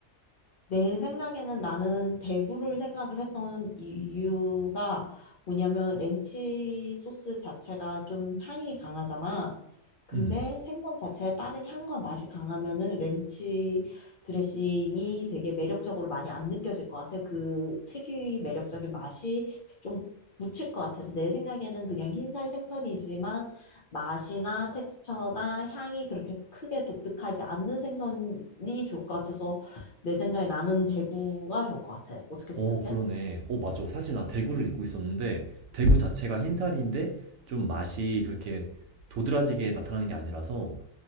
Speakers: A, on the left; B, on the right.
A: 내 생각에는 나는 대구를 생각을 했던 이유가 뭐냐면 렌치 소스 자체가 좀 향이 강하잖아. 근데
B: 음.
A: 생선 자체에 다른 향과 맛이 강하면은 렌치 드레싱이 되게 매력적으로 많이 안 느껴질 것 같아. 그 특유의 매력적인 맛이 좀 묻힐 것 같아서 내 생각에는 그냥 흰살 생선이지만 맛이나 텍스처나 향이 그렇게 크게 독특하지 않는 생선이 좋을 것 같아서 내 생각에 나는 대구가 좋을 것 같아. 어떻게
B: 어,
A: 생각해?
B: 그러네. 어, 맞아. 사실 나 대구를 입고 있었는데, 대구 자체가 흰살인데, 좀 맛이 그렇게 도드라지게 나타나는 게 아니라서,